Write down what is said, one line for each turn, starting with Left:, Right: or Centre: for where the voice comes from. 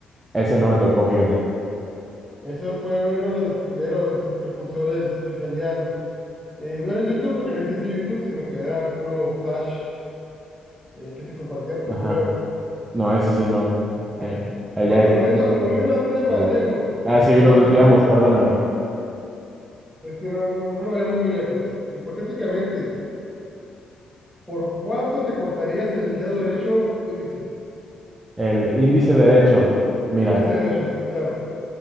Right: Ese no me tocó, fíjate.
Centre: Eso fue uno de los primeros precursores que salían. eh, no era en YouTube porque no existía YouTube, sino que eran puro flash eh, que se compartía por
Right: Ajá.
Centre: correo.
Right: No, ese sí no. Eh, allá
Centre: Bueno,
Right: es
Centre: volviendo,
Right: muy...
Centre: volviendo al tema,
Right: antiguo.
Centre: Diego, hipotéticamente,
Right: Ah, sí, nos desviamos, perdóname.
Centre: este, no, no, no nos vayamos muy lejos. Hipotéticamente, ¿por cuánto te cortarías el dedo derecho índice?
Right: El índice derecho, mira,
Centre: Índice derecho, sí, claro.